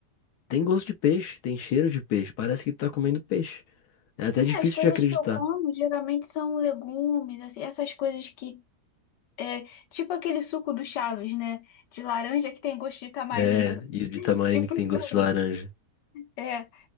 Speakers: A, on the left (about 70°); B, on the left (about 85°).
A: tem gosto de peixe, tem cheiro de peixe, parece que tu tá comendo peixe. É até difícil
B: É, as coisas
A: de acreditar.
B: que eu como geralmente são legumes, assim, essas coisas que. É, tipo aquele suco do Chaves, né? De laranja que tem gosto de tamarindo.
A: É, e o de
B: <laughs>
A: tamarindo
B: Tipo
A: que tem
B: isso
A: gosto de
B: aí.
A: laranja,
B: É.